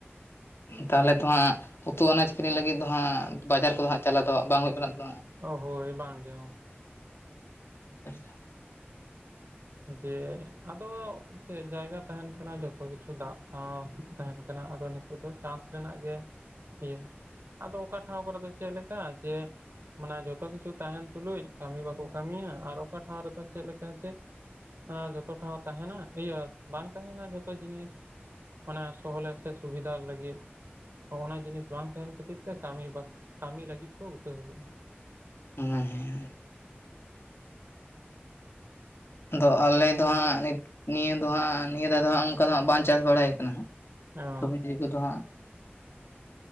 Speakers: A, on the left (about 75°); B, on the right (about 65°).
A: ᱛᱟᱦᱚᱞᱮ ᱛᱷᱚ ᱦᱟᱸᱜ, ᱩᱛᱩ ᱟᱱᱟᱡᱽ ᱠᱤᱨᱤᱧ ᱞᱟᱹᱜᱤᱫ ᱫᱚ ᱦᱟᱸᱜ, ᱵᱟᱡᱟᱨ ᱠᱚᱫᱚ ᱦᱟᱸᱜ ᱪᱟᱞᱟᱜ ᱫᱚ ᱵᱟᱝ ᱦᱩᱭᱩᱜ ᱠᱟᱱᱟ ᱾
B: ᱳᱳ ᱦᱳᱭ ᱵᱟᱝ ᱜᱮ
A: <unintelligible>
B: ᱡᱮ ᱟᱫᱚ ᱪᱮᱫ ᱡᱟᱭᱜᱟ ᱛᱟᱦᱮᱱ ᱠᱟᱱᱟ ᱡᱚᱛᱚ ᱠᱤᱪᱷᱩ ᱫᱟᱜ ᱥᱟᱶ ᱛᱟᱦᱮᱱ ᱠᱟᱱᱟ ᱟᱫᱚ ᱱᱤᱛᱚᱜ ᱫᱚ ᱪᱟᱥ ᱨᱮᱱᱟᱜ ᱜᱮ ᱤᱭᱟᱹ ᱟᱫᱚ ᱚᱠᱟ ᱴᱷᱟᱶ ᱠᱚᱨᱮ ᱫᱚ ᱪᱮᱫ ᱞᱮᱠᱟ ᱡᱮ ᱢᱟᱱᱮ ᱡᱚᱛᱚ ᱠᱤᱪᱷᱩ ᱛᱟᱦᱮᱱ ᱛᱩᱞᱩᱡ ᱠᱟᱹᱢᱤ ᱵᱟᱠᱚ ᱠᱟᱹᱢᱤᱭᱟ ᱟᱨ ᱚᱠᱟ ᱴᱷᱟᱶ ᱨᱮᱫᱚ ᱪᱮᱫ ᱞᱮᱠᱟ ᱪᱮ᱾ ᱦᱮᱸ ᱡᱚᱛᱚ ᱴᱟᱶ ᱛᱟᱦᱮᱱᱟ ᱤᱭᱟᱹ ᱵᱟᱝ ᱛᱟᱦᱮᱱᱟ ᱡᱷᱚᱛᱚ ᱡᱤᱱᱤᱥ᱾ ᱢᱟᱱᱮ ᱥᱚᱦᱞᱮ ᱥᱮ ᱥᱩᱵᱤᱫᱷᱟ ᱞᱟᱹᱜᱤᱫ᱾ ᱚᱱᱟ ᱡᱤᱱᱤᱥ ᱵᱟᱝ ᱛᱟᱦᱮᱱ ᱠᱷᱟᱹᱛᱤᱨ ᱛᱮ ᱠᱟᱹᱢᱤ, ᱠᱟᱹᱢᱤ ᱞᱟᱹᱜᱤᱫ ᱠᱚ ᱩᱛᱟᱹᱨᱣ ᱞᱮ ᱞᱮᱫᱼᱟ᱾
A: ᱦᱮᱸ ᱦᱮᱸᱸ ᱟᱫᱚ ᱟᱞᱮ ᱫᱚ ᱦᱟᱸᱜ ᱱᱤᱭᱟᱹ ᱫᱚ ᱦᱟᱸᱜ ᱱᱤᱭᱟᱹ ᱫᱟᱣ ᱫᱚ ᱦᱟᱜ ᱚᱱᱠᱟ ᱫᱚᱜ ᱵᱟᱝ ᱪᱟᱥ ᱵᱟᱲᱟᱭ ᱠᱟᱱᱟ᱾
B: ᱚ
A: ᱥᱚᱵᱡᱤ ᱠᱚᱫᱚ ᱦᱟᱸᱜ